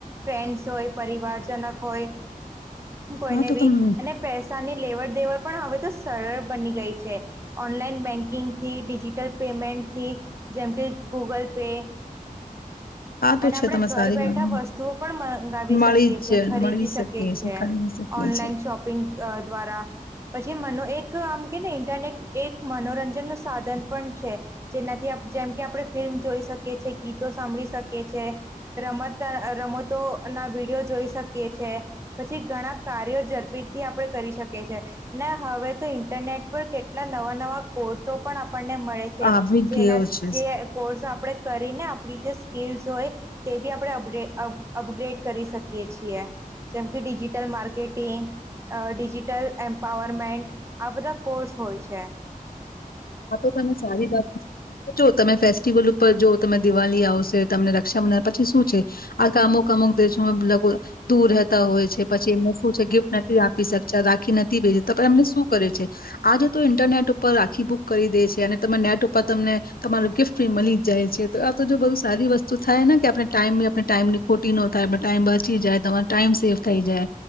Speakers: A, on the right (about 20°); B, on the left (about 85°).
A: ફ્રેન્ડ્સ હોય પરિવારજનક હોય કોઈને
B: હા તો
A: બી,
B: તમ
A: અને પૈસાની લેવડ દેવડ. પણ હવે તો સરળ બની ગઈ છે. ઓનલાઈન બેન્કિંગથી ડિજિટલ પેમેન્ટથી, જેમ કે ગૂગલ પે.
B: આ તો
A: અને
B: છે
A: આપણે
B: તમે
A: ઘર
B: સારી
A: બેઠા
B: વાત
A: વસ્તુઓ પણ મંગાવી
B: મળી
A: શકીએ છ
B: જ
A: છેએ ખરીદી
B: મળી
A: શકીએ છે,
B: ખરીદી શકીએ
A: ઓનલાઈન
B: છે
A: શોપિંગ દ્વારા. પછી મનો એક આમ કે ને ઇન્ટરનેટ એક મનોરંજન નું સાધન પણ છે, જેનાથી જેમ કે આપણે ફિલ્મ જોઈ શકીએ છીએ ગીતો સાંભળી શકીએ. રમત રમતોના વિડીયો જોઈ શકીએ છે, પછી ઘણા કાર્યો ઝડપીટથી આપણે કરી શકીએ છીએ ને હવે તો ઇન્ટરનેટ પર કેટલા નવા નવા કોર્સો પણ આપણે આપને મળે છે,
B: આવી
A: જેના
B: ગયો છે.
A: જે કોર્સ આપણેે. કરીને આપણી જે સ્કકીલ્સ હોય, તે બી આપણે અપ અપગ્રેડ કરી શકીએ છીએ, જેમ કે ડિજિટલ માર્કેટિંગ, ડિજિટલ એમ્પાવરમેન્ટ આ બધા કોર્સ હોય છે.
B: આ તો તમે સારી વાત, જો તમે ફેસ્ટિવલ ઉપર જો તમે દિવાળી આવશે તમને રક્ષાબંધન પછી શું છે, આ કામોક આમોક દશુંગ. દૂર રહેતા હોય છે પછી એમને શું છે ગિફ્ટ નથી આપી શકતા રા નથી ભ એમને શું કરે છે, આજ ન્ટરનેટ ઉપર આખીક કરી દે છે અને ત નેટ ઉપર તમને, તમાર ગિફ્ટ બી મળી જ જાય છે તો આ તો જો બધુ સારી વસ્તુ થાય ને કે આપણે ટાઈમ બી આપણે ટાઈમ ની ખોટી ન થાય ટાઈમ વાંચી જાય તમારો ટાઈમ સેવ થઈ જાય,